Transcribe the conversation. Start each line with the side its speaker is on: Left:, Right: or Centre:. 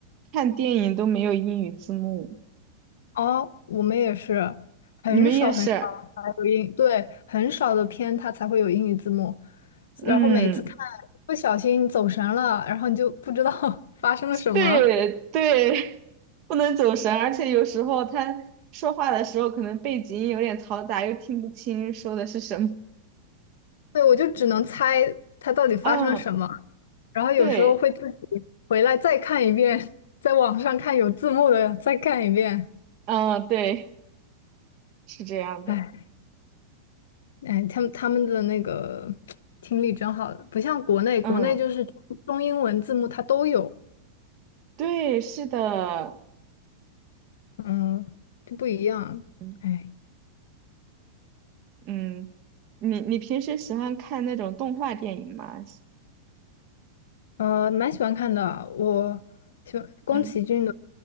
Right: 看电影都没有英语字幕，
Left: 哦，我们也是，很少很少才有英，
Right: 你们也是，
Left: 对，很少的片它才会有英语字幕，
Right: 嗯，
Left: 然后每次看不小心走神了，然后你就不知道 <laughs> 发生了什么，
Right: 对对，不能走神，而且有时候他说话的时候可能背景音有点嘈杂，又听不清说的是什么。
Left: 对，我就只能猜它到底发生了什么，
Right: 嗯，
Left: 然后有时候会自己回来再看一遍，
Right: 对，
Left: 在网上看有字幕的再看一遍，
Right: 嗯，对，是这样的，
Left: 哎哎，他们他们的那个 <tsk> 听力真好，不像国内，
Right: 嗯，
Left: 国内就是中英文字幕它都有。
Right: 对，是的，
Left: 嗯，这不一样。
Right: 嗯，
Left: 哎，
Right: 嗯你你平时喜欢看那种动画电影吗？
Left: 呃，蛮喜欢看的。我喜欢宫崎骏的
Right: 嗯